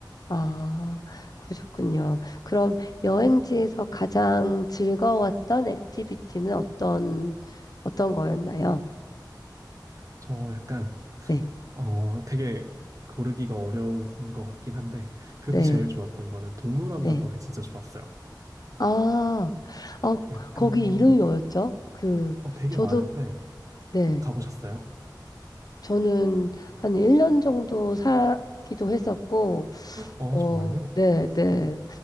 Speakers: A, on the left; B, on the right.
A: 아, 그러셨군요. 그럼 여행지에서 가장 즐거웠던 액티비티는 어떤, 어떤 거였나요?
B: 저 약간,
A: 네,
B: 어, 되게 고르기가 어려운 것 같긴 한데, 그래도
A: 네,
B: 제일 좋았던 거는 동물원
A: 네.
B: 갔던 게 진짜 좋았어요.
A: 아, 아,
B: 약간,
A: 거기 이름이 뭐였죠? 그,
B: 어, 되게
A: 저도,
B: 많은데,
A: 네.
B: 가보셨어요?
A: 저는 한 1년 정도 살기도 했었고,
B: 어,
A: 어,
B: 정말요?
A: 네, 네.